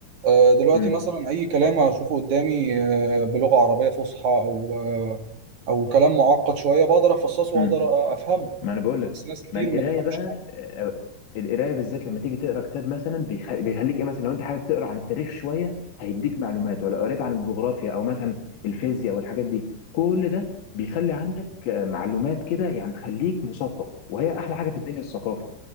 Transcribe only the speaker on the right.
آه، دلوقتي
مثلا أي كلام أشوفه قدامي آه، بلغة عربية فصحى أو آه، أو كلام معقد شوية بقدر أفصصه
وأقدر أفهمه
بس ناس كتير
ما تفهمش
حاجة